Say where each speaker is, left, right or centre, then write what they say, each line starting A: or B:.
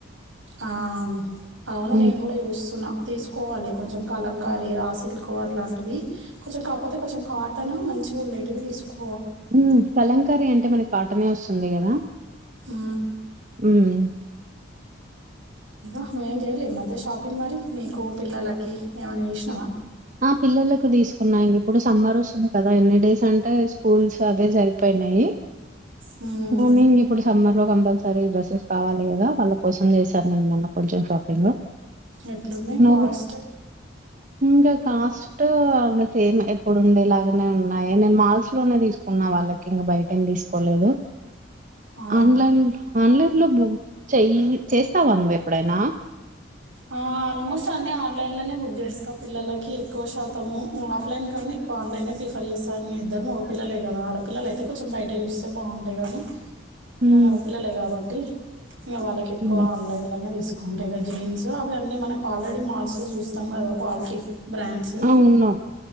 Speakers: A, on the right (about 75°); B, on the right (about 40°).
A: ఆ అవును
B: ఉమ్,
A: నేను కూడా చూస్తున్నా తీసుకోవాలి కొంచెం కలంకరీ రాసిల్క్ అట్లాంటివి కొంచెం కాపోతే కొంచెం కాట్ తను మంచిగా ఉండేవి తీసుకు
B: ఉ కాలంకరి అంట అంటే మనకి కాటనే వస్తుంది కదా
A: ఉ
B: ఉమ్.
A: నువ్వు ఏం చేయలే ఈ మధ్య షాప్ షాపింగ్ మరి నీకు పిల్లలకి ఏమైనా చేష్
B: ఆ పిల్లలకు తీసుకున్నా ఇప్పుడు సమ్మర్ వస్తుంది కదా ఎన్ని డేస్ అంటే స్కూల్స్ అదే సరిపోయినాయి
A: హ్మ్.
B: మార్నిగ్ ఇప్పుడు సమ్మర్ లో కంపల్సరీ డ్రెస్సెస్ కావాలి కదా వాళ్ళ కోసం చేశను నేను మొన్న కొంచెం షాపింగ్
A: ఎట్లున్నాయి
B: నువ్వు
A: కాస్ట్
B: ఇంకా కాస్ట్ ఇ సేమ్ ఎప్పుడు ఉండేలాగానే ఉన్నాయి నేను మాల్స్ లోనే తీసుకున్నా వాళ్ళకి ఇంక బయట ఏం తీసుకోలేదు
A: ఆ!
B: ఆన్లైన్ లో ఆన్లైన్ లో బుక్ చెయ్ చేస్తావా నువ్వు ఎప్పుడైనా
A: ఆ! ఆల్మోస్ట్ అన్నీ ఆన్లైన్లోనే బుక్ చేస్తా పిల్లలకి ఎక్కువ శాతము ఆఫ్లైన్ కన్నా ఎక్కువ ఆన్లైనే ప్రిఫర్ చేస్తా ఇద్దరు మగపిల్లలే కదా ఆడపిల్లలయితే కొంచెం బయట చూస్తే బాగుంటాయి కానీ ఇగా
B: ఉమ్,
A: మగ పిల్లలే కాబట్టి ఇంక వాళ్ళకి ఎక్కువ
B: ఉమ్.
A: ఆన్లైన్ లోనే తీసు ఉంటాయిగా జీన్స్ అన్ని మనకి ఆల్రెడీ మాల్స్ లో చూస్తాం కదా క్వాలిటీ బ్రాండ్స్
B: అవును